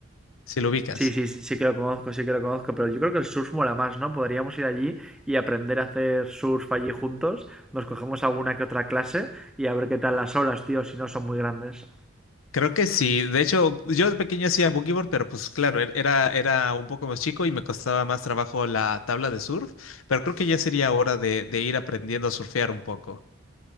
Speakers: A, on the left; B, in the centre.
A: si lo ubicas.
B: Sí, sí, sí, sí que lo conozco, sí que lo conozco, pero yo creo que el surf mola más, ¿no? Podríamos ir allí y aprender a hacer surf allí juntos, nos cogemos alguna que otra clase y a ver qué tal las olas, tío, si no son muy grandes.
A: Creo que sí. De hecho, yo de pequeño hacía boogie board, pero pues claro, er- era, era un poco más chico y me costaba más trabajo la tabla de surf, pero creo que ya sería hora de, de ir aprendiendo a surfear un poco.